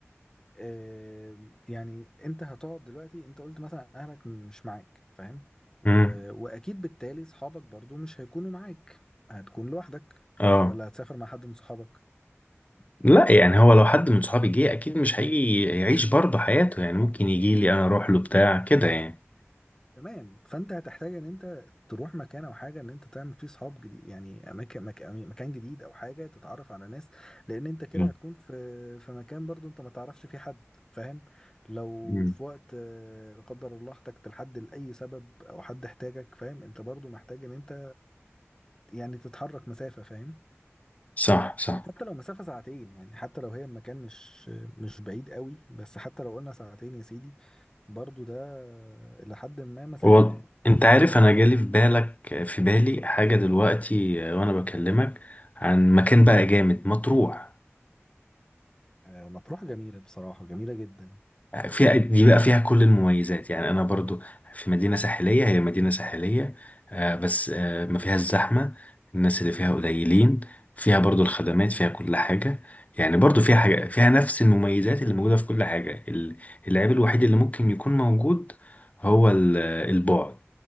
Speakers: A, on the left; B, on the left.
A: آم، يعني انت هتقعد دلوقتي انت قلت مثلا اهلك مش معاك فاهم و...
B: امم
A: واكيد بالتالي صحابك برضو مش هيكونوا معاك هتكون لوحدك
B: اه
A: ولا هتسافر مع حد من صحابك
B: لا يعني هو لو حد من صحابي جه اكيد مش هيجي يعيش برضه حياته يعني ممكن يجي لي انا اروح له بتاع كده يعني
A: تمام فانت هتحتاج ان انت تروح مكان او حاجه ان انت تعمل فيه صحاب جديد يعني اماكن مك... مكان جديد او حاجه تتعرف على ناس لان انت كده
B: مم.
A: هتكون في في مكان برضو انت ما تعرفش فيه حد فاهم لو
B: مم.
A: في وقت آه، لا قدر الله احتجت لحد لاي سبب او حد احتاجك فاهم انت برضو محتاج ان انت يعني تتحرك مسافة فاهم
B: صح صح
A: حتى لو مسافة ساعتين يعني حتى لو هي المكان مش مش بعيد قوي بس حتى لو قلنا ساعتين يا سيدي برضو ده إلى حد ما مسافة
B: هو
A: يعني
B: انت عارف انا جالي في بالك في بالي حاجه دلوقتي آه، وانا بكلمك عن مكان بقى جامد مطروح
A: آه، مطروح جميلة بصراحة جميلة جدا
B: فيها دي بقى فيها كل المميزات يعني انا برضو في مدينة ساحلية هي مدينة ساحلية آه، بس آه، ما فيهاش زحمة الناس اللي فيها قليلين فيها برضو الخدمات فيها
A: مم.
B: كل حاجة يعني برضو فيها حاجة فيها نفس المميزات اللي موجودة في كل حاجة ال- العيب الوحيد اللي ممكن يكون موجود هو ال- البعد